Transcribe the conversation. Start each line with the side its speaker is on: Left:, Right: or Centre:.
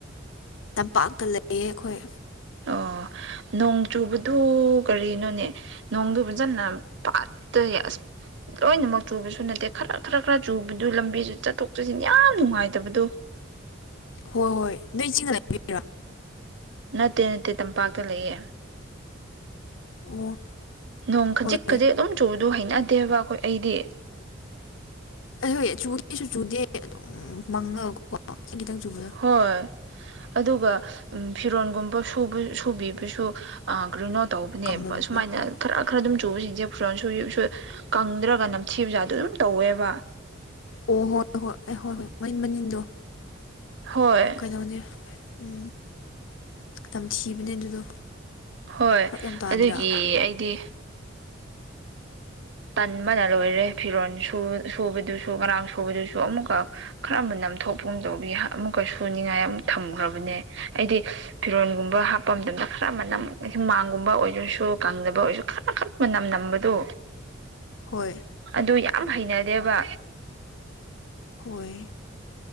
Left: ꯇꯝꯄꯥꯛꯇ ꯂꯩꯌꯦ ꯑꯈꯣꯏ
Right: ꯑꯣ ꯅꯣꯡ ꯆꯨꯕꯗꯨ ꯀꯔꯤꯅꯣꯅꯦ ꯅꯣꯡꯗꯨ ꯐꯖꯅ ꯄꯥꯠꯇꯩ ꯑꯁ ꯂꯣꯏꯅꯃꯛ ꯆꯨꯕꯁꯨ ꯅꯠꯇꯦ ꯈꯔ ꯈꯔ ꯈꯔ ꯆꯨꯕꯗꯨ ꯂꯝꯕꯤꯁꯨ ꯆꯠꯊꯣꯛ ꯆꯠꯁꯤꯟ ꯌꯥꯝ ꯅꯨꯡꯉꯥꯏꯇꯕꯗꯨ
Left: ꯍꯣꯏ-ꯍꯣꯏ ꯅꯣꯏ ꯆꯤꯡ <unintelligible>
Right: ꯅꯠꯇꯦ-ꯅꯠꯇꯦ ꯇꯝꯄꯥꯛꯇ ꯂꯩꯌꯦ
Left: ꯑꯣ
Right: ꯅꯣꯡ ꯈꯖꯤꯛ-ꯈꯖꯤꯛ
Left: ꯍꯣꯏ
Right: ꯑꯗꯨꯝ ꯆꯨꯕꯗꯨ ꯍꯩꯅꯗꯦꯕ ꯑꯈꯣꯏ ꯑꯩꯗꯤ
Left: ꯑꯩ ꯍꯣꯏ ꯆꯨꯗꯦꯁꯨ ꯆꯨꯗꯦ ꯑꯗꯨꯝ ꯃꯪꯉꯥꯒꯀꯣ ꯈꯤꯇꯪ ꯆꯨꯕꯗ
Right: ꯍꯣꯏ ꯑꯗꯨꯒ ꯐꯤꯔꯣꯟꯒꯨꯝꯕꯨ ꯁꯨꯕꯤꯕꯁꯨ ꯒ꯭ꯔꯤꯅꯣꯠ ꯇꯧꯕꯅꯦꯕ
Left: ꯀꯪꯗꯕꯗꯣ
Right: ꯁꯨꯃꯥꯏꯅ
Left: ꯍꯣꯏ
Right: ꯈꯔ ꯈꯔ ꯑꯗꯨꯝ ꯆꯨꯕꯁꯤꯡꯁꯦ ꯐꯔꯣꯟ ꯁ ꯀꯪꯗ꯭ꯔꯒ ꯅꯝꯊꯤꯕꯖꯥꯗꯣ ꯑꯗꯨꯝ ꯇꯧꯋꯦꯕ
Left: ꯑꯣ ꯍꯣꯏ ꯍꯣꯏ ꯍꯣꯏ ꯑꯩ ꯍꯣꯏ ꯍꯣꯏ ꯃꯅꯤꯟ ꯃꯅꯤꯟꯗꯣ
Right: ꯍꯣꯏ
Left: ꯀꯩꯩꯅꯧꯅꯦ ꯎ ꯇꯝꯊꯤꯕꯅꯦ ꯑꯗꯨꯗꯣ
Right: ꯍꯣꯏ
Left: ꯐꯔꯛ ꯌꯥꯝ ꯇꯥꯗ꯭ꯔꯥ
Right: ꯑꯗꯨꯒꯤ ꯑꯩꯗꯤ ꯇꯟꯕꯅ ꯂꯣꯏꯔꯦ ꯐꯤꯔꯣꯜ ꯁꯨꯕꯗꯨꯁꯨ ꯉꯔꯥꯡ ꯁꯨꯕꯗꯨꯁꯨ ꯑꯃꯨꯛꯀꯛ ꯈ꯭ꯔꯝꯕ ꯅꯝꯊꯣꯛꯄꯒꯨꯝ ꯇꯧꯕꯤ ꯑꯃꯨꯛꯀ ꯁꯨꯨꯅꯤꯡꯉꯥꯏ ꯑꯃ ꯊꯝꯈ꯭ꯔꯕꯅꯦ ꯑꯩꯗꯤ ꯐꯤꯔꯣꯟꯒꯨꯝꯕ ꯍꯥꯞꯄ ꯃꯇꯝꯗ ꯈꯔ ꯃꯅꯝ ꯍꯤꯃꯥꯡꯒꯨꯝꯕ ꯑꯣꯏꯔꯁꯨ ꯀꯪꯗꯕ ꯑꯣꯏꯔꯁꯨ ꯈꯔ ꯃꯅꯝ-ꯅꯝꯕꯗꯨ
Left: ꯍꯣꯏ
Right: ꯑꯗꯨ ꯌꯥꯝ ꯍꯩꯅꯗꯦꯕ
Left: ꯍꯣꯏ